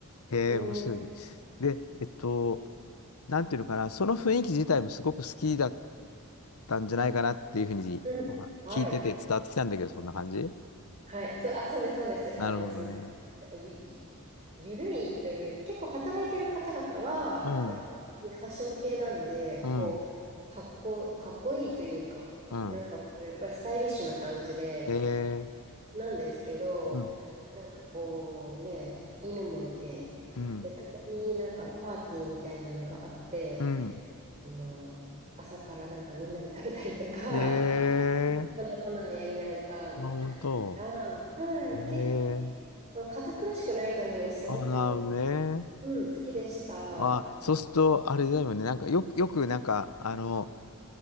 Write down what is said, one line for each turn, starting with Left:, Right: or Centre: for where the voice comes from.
Left: へえ、
Right: うん。
Left: 面白いね。で、えっと、なんていうのかな、その雰囲気自体もすごく好きだったんじゃないかなっていうふうにお聞いてて伝わってきたんだけど、
Right: うん。はい。
Left: そんな感じ
Right: はい。そう、あ、そうです、そうです。
Left: なるほどね。
Right: あの、その、ゆ、ゆるいという、結構働いてる方々は、
Left: うん。
Right: やっぱりファッション系なんで、
Left: うん。
Right: こう、かっこ、かっこいいというか、
Left: うん。
Right: なんか、やっぱりスタイリッシュな感じで、
Left: ええ
Right: なんですけど、
Left: うん、
Right: なんかこうね、犬もいて、
Left: うん、
Right: で、たまになんかパーティーみたいなのがあって、
Left: うん。
Right: あの、朝からなんかみんなで食べたりとか、
Left: ええ
Right: <laughs> こんなこんなんやりなが
Left: あ、本当。
Right: ら、はい、
Left: ええ
Right: 結構堅苦しくない感じがすごく、
Left: あ、なるほどね。
Right: うん、好きでした。
Left: あ、そうすると、あれだよね。なんか、よ、よく、なんか、あの、